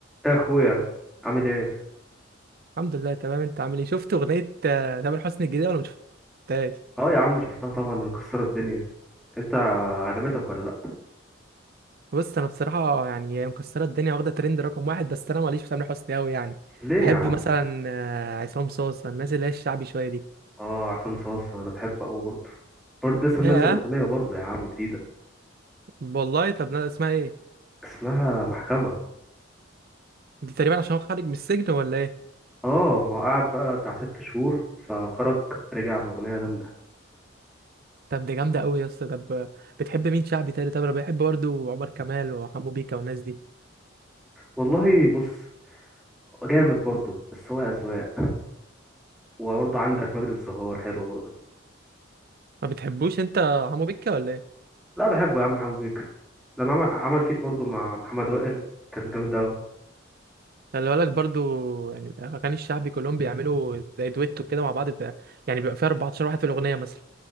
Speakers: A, in the centre; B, on the right.
A: ايه يا اخويا عامل ايه
B: الحمد لله تمام انت عامل ايه شفت اغنيه آه، تامر حسني الجديده ولا ما شفتهاش
A: اه يا عم شفتها طبعا هي مكسره الدنيا انت عجبتك ولا لا
B: بص انا بصراحه يعني هي مكسره الدنيا واخده ترند رقم واحد بس انا ماليش في تامر حسني قوي يعني
A: ليه
B: بحب
A: يا عم
B: مثلا آه، عصام صاصا الناس اللي هي الشعبي شويه دي
A: اه عصام صاصا انا بحبه قوي برضه برضه لسه
B: ياه
A: منزل اغنيه برضه يا عم جديده
B: والله طب نا- اسمها ايه
A: اسمها محكمه
B: دي تقريبا عشان هو خارج من السجن ولا ايه
A: اه ما هو قعد بقى بتاع ست شهور فخرج رجع باغنيه جامده
B: طب دي جامده قوي يا اسطى طب آه، بتحب مين شعبي تاني طب انا بحب برضه عمر كمال وحمو بيكا والناس دي
A: والله بص جامد برضه بس هو اذواق وبرضه عندك مجد الزهار حلو برضه
B: ما بتحبوش انت حمو بيكا ولا ايه
A: لا بحبه يا عم حمو بيك لما عمل عمل فيت برضه مع محمد وائل كان جامد قوي
B: خلي بالك برضو يعني اغاني الشعبي كلهم بيعملوا زي دويتو كده مع بعض بقى يعني بيبقى فيها 14 واحد في الاغنيه مثلا